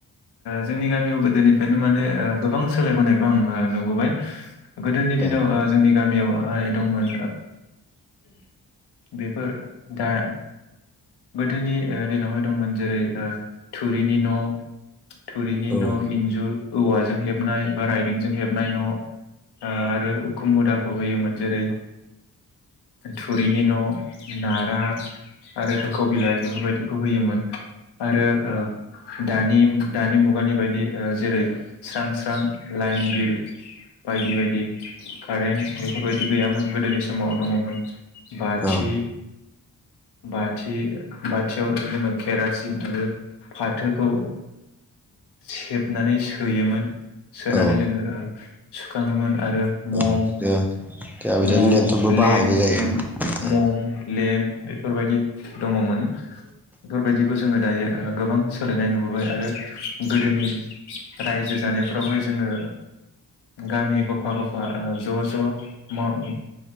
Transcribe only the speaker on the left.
जोंनि गामियाव गोदोनिफ्रायनो माने गोबां सोलायबोनायखौ आं नुबोबाय गोदोनि दिनाव
जोंनि गामियावहाय दंमोन बेफोर दा गोदोनि दिनावहाय दंमोन जेरै थुरिनि न' थुरिनि
न' इन्जुर औवाजों हेबनाय बा रायदोंेंजों हेबनाय न' आरो उखु मुदाखौ होयोमोन जेरै थुरिनि न' नारा आरो थोखौ बिलाइ बेफोरबायदिखौ होयोमोन आरो दानि दानि मुगानि बायदि जेरै स्रां स्रां लाइन बिल बायदि बायदि कारेन बेफोरबायदि गैयामोन गोदोनि समाव दङमोन बाथि
बाथि बाथियाव जोङो केरासिन आरो फाथोखौ सेबनानै सोयोमोन सोनानै
जोङो सुखाङोमोन आरो मम
मम
लेम
मम लेम बेफोरबायदि दङमोन बेफोरबायदिखौ जोङो दायो गोबां सोलायनाय नुबोबाय आरो गोदोनि रायजो जानायफोरावहाय जोङो गामि गफा गफा ज' ज'